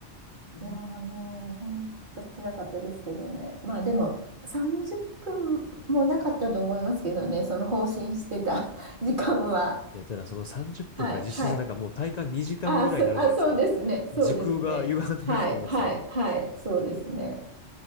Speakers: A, on the left; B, on the right.
A: うん
B: いやー、もう、ほんと辛かったですけどね。まあ、でも、30分もなかったと思いますけどね、その放心してた <laughs> 時間は。
A: いや、ただその30分が実質なんかもう体感2時間ぐらいになるじゃないですか。
B: はい、はい。あ、そ、あ、そうですね、そうですね。
A: 時空が歪んでると思うんですよ。
B: はい、はい、はい、そうですね。